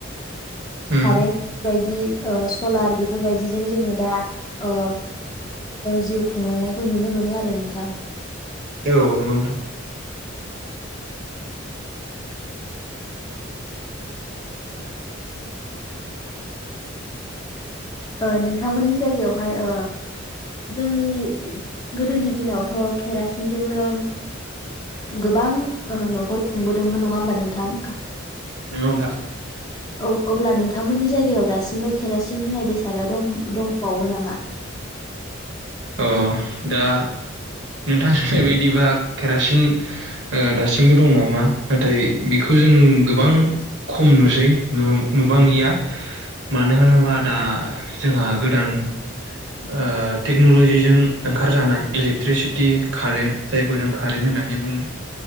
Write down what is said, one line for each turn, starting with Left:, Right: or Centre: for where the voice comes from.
Right: उम
Left: खारें बा दि ओ सलार बेफोरबायदिजों जोङो दा ओ। जिउ खुंलांनायखौ नुनो मोनो आरो नोंथां।
Right: औ नंगौ नोंथां।
Left: ओ नोंथांमोननि जायगायावहाय ओ जोंनि गोदोनि दिनावथ केरासिनजोंनो गोबां ओ न'खर खुंबोदोंमोन नङा होमबा नोंथां खा
Right: नंगौ नोंथां।
Left: ओउ अब्ला नोंथांमोननि जायगायाव दासिमबो केरासिन होननाय बे सादा दं-दंबावो नामा?
Right: औ। दा। नोंथां सोनाय बायदिबा केरासि सिन ओ दासिमबो दं नामा। नाथाय बेखौ जों गोबां खम नुसै नु-नुबांलिया मानो होनोबा दा जोंहा गोदान। ओ टेक्नलजिजों ओंखारजानाय इलेक्ट्रिसिटि कारेन्ट जायखौ जों कारेन्ट होननानै बुङो